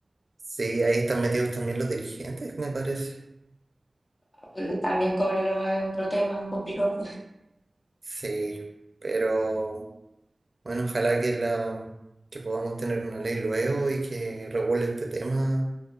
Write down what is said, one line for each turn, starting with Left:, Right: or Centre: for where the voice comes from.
Right: sí, ahí están metidos también los dirigentes, me parece.
Left: Eh, También Cobreloa es otro tema complicado.
Right: Sí, pero bueno, ojalá que la que podamos tener una ley luego y que regule este tema